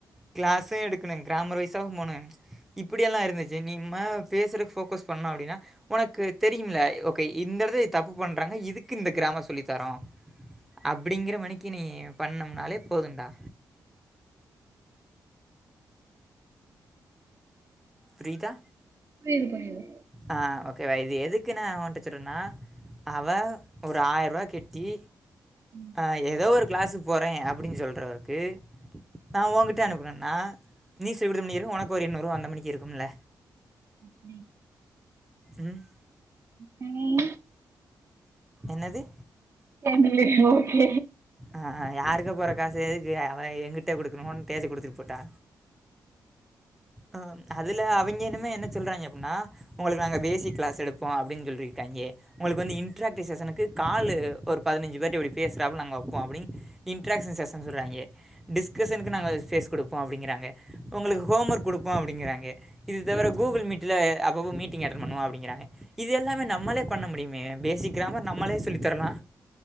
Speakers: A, in the centre; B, on the right.
A: கிளாஸு எடுக்கணு கிராமர் வைஸாவு போணு இப்புடியெல்லா இருந்துச்சி இனிமா பேசுறக்கு போக்கஸ் பண்ணோ அப்டினா உனக்கு தெரியும்ல ஓகே இந்த இடத்துலா தப்பு பண்றாங்க இதுக்கு இந்த கிராமர் சொல்லி தரோ அப்படிங்கிற மனிக்கு நீ பண்ணம்ணாலே போதுன்டா புரியுதா
B: புரியுது புரியுது
A: ஆ ஓகேவ இது எதுக்கு நா உன்ட சொல்ரான அவ ஒரு ஆயிர் ரூபா கெட் டி
B: ம்
A: ஆ ஏதோ ஒரு கிளாஸுக்கு போறே அப்டின் சொல்றவக்கு நா உங்கிட்டயே அனுப்பணுன்னா நீ செவிட்ருமனியாயிரு உனக்கு ஒரு எண்ணூருபா வந்ந மெணிக்கு இருக்கும்ல
B: அப்டி
A: ம்
B: யானே
A: ன்னாது
B: <unintelligible> ஓகே
A: அக்ஹ யாருக்கோ போற காசு எதுக்கு அவ எங்கிட்டே குடுக்கணு தேதி குடுத்துட்டு பூட்டா அஹ் அதுல அவிய்ங்க என்னுமே என்ன சொல்றாய்ங்க அப்டினா உங்களுக்கு நாங்க பேசிக் கிளாஸ் எடுப்போ அப்டின் சொல்லிருக்காய்ங்கே உங்களுக்கு வந்து இன்டராக்டிஷசனுக்கு காலு ஒரு பதினஞ்சு பேர்ட இப்டி பேசறாப்ப நாங்க வெப் போ அப்டின் இடராக்ஷன் செஷன் சொல்றாய்ங்கே டிஸ்கஷனுக்கு நாங்க பேஸ் குடுப்போ அப்டிங்கிறாங்க உங்களுக்கு ஹோம் ஒர்க் குடுப்போம் அப்டிங்கிறாங்க இது தவிர கூகுள் மீட்ல அப் போ மீட்டிங் அட்டன் பண்ணுவோ அப்டிங்கிறாங்க இது எல்லாமே நம்மளே பண்ண முடிமே பேசிக் கிராமர் நம்மளே சொல்லி தரலா